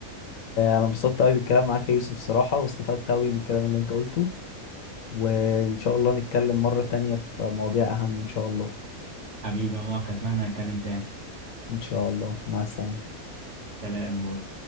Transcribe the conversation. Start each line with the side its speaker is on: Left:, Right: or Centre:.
Left: انبسطت قوي بالكلام معاك يا يوسف بصراحه واستفدت قوي من الكلام اللي انت قلته وان شاء الله نتكلم مره تانية في مواضيع اهم ان شاء الله
Right: حبيبي يا مارك أتمنى نتكلم تاني
Left: ان شاء الله مع السلامه
Right: سلام باي